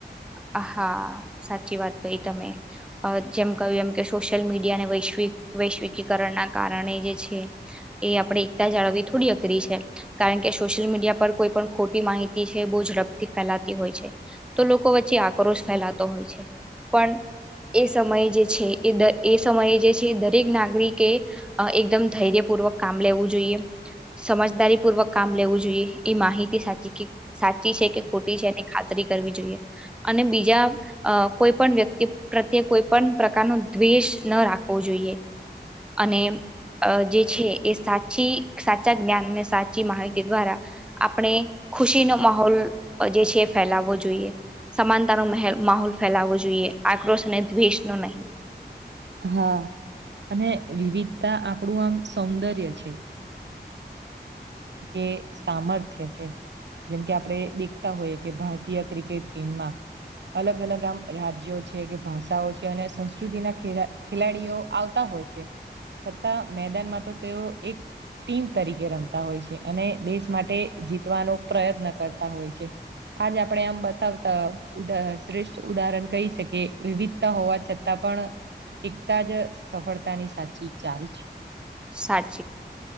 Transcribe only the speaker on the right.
અ હા. અને અ વિવિધતા આપડુ આમ સૌંદર્ય છે. એ સામર્થ્ય છે. જેમ કે આપડે દેખતા હોઈ કે ભારતીય ક્રિકેટ ટીમાં અલગ અલગ આમ રાજ્યો છે કે ભાષાઓ છે અને સંસ્કૃતિના ખેડા ખેલાડીઓ આવતા હોય છે છતાં મેદાનમાં તો તેઓ એક ટીમ તરીકે રમતા હોય છે અને દેશ માટે જીતવાનો પ્રયત્ન કરતા હોય છે. આજ આપડે આમ બતાવતા અ ઉદાહ શ્રેષ્ઠ ઉદાહરણ કહી શકીએ વિવિધતા હોવા છતાં પણ એકતા જ સફળતાની સાચી ચાવી છે.